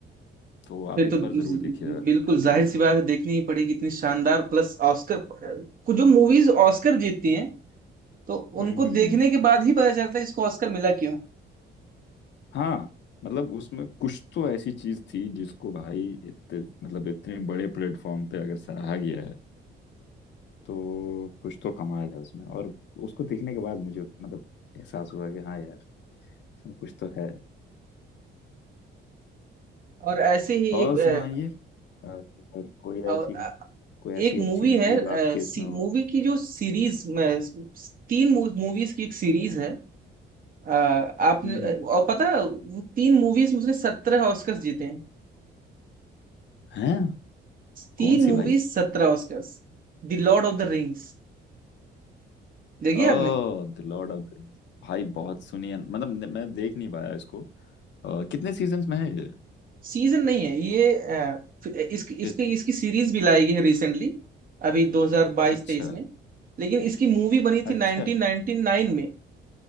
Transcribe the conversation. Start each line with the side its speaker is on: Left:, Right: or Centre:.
Left: तो
Right: फिर
Left: आप एक
Right: तो ज-
Left: बार जरूर देखिएगा time
Right: बिल्कुल
Left: मिले
Right: जाहिर सी
Left: तो
Right: बात है देखनी ही पड़ेगी इतनी शानदार प्लस ऑस्कर कुछ जो मूवीज ऑस्कर जीतती हैं तो
Left: हम्म
Right: उनको
Left: हम्म
Right: देखने
Left: हम्म
Right: के बाद ही पता चलता है इसको ऑस्कर मिला क्यों है।
Left: हाँ मतलब उसमें कुछ तो ऐसी चीज थी जिसको भाई इतने मतलब इतने बड़े प्लेटफॉर्म पे अगर सराहा गया है तो कुछ तो कमाल है उसमें और उसको देखने के बाद मुझे मतलब एहसास हुआ कि हाँ यार इसमें कुछ तो है
Right: और ऐसे ही
Left: और
Right: एक अ,
Left: सुनाइए अ, अ, कोई
Right: और
Left: ऐसी
Right: अ,
Left: कोई ऐसी
Right: एक मूवी
Left: अच्छी सी मूवी
Right: है
Left: जो आपके इसमें हो
Right: मूवी की जो सीरीज तीन मूवीज की एक सीरीज है अ, आपने
Left: हम्म
Right: अ,
Left: हम्म।
Right: और पता है, वो तीन मूवीज में उसने सत्रह ऑस्कर जीते हैं
Left: हैं
Right: तीन
Left: कौन सी
Right: movies
Left: भाई
Right: सत्रह Oscar The Lord of the Rings देखिए
Left: ओह
Right: आपने
Left: the Lord of the Rings भाई बहुत सुनी है मतलब न- मैं देख नहीं पाया इसको अ, कितने सीजन्स में है ये
Right: सीजन नहीं है ये अ, इसकी
Left: कि-
Right: इसकी इसकी सीरीज भी लाई गई है रिसेंटली अभी 2022-23
Left: अच्छा
Right: में लेकिन इसकी मूवी बनी
Left: अच्छा
Right: थी 1999
Left: अच्छा।
Right: में